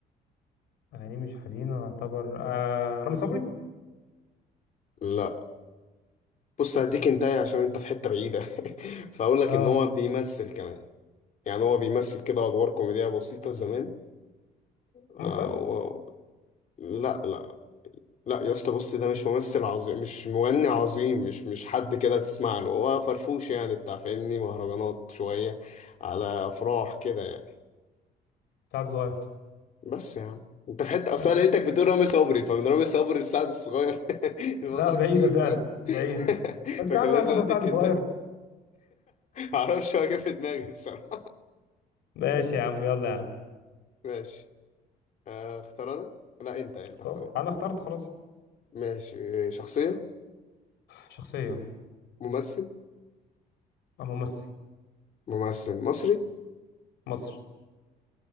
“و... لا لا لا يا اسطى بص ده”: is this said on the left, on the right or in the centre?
Left